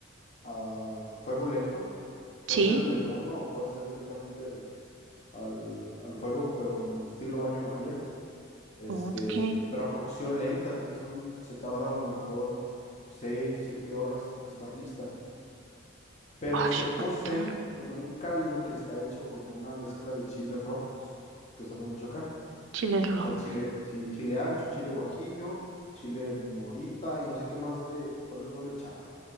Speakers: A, on the left; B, on the right.
A: a fuego lento.
B: Sí,
A: Puede ser en el horno o puede ser directamente al, al, al fuego, pero como estilo baño María. Este,
B: ok.
A: pero a cocción lenta, entonces son, se tarda a lo mejor 6 7 horas en estar lista. pero
B: Ush,
A: se cose
B: montón.
A: en un caldo que está hecho con una mezcla de chiles rojos, que usamos mucho acá.
B: Chile rojo.
A: que Está el chile, sí, chile ancho, chile guajillo, chile morita y no sé qué más le, cuál otro le echaba.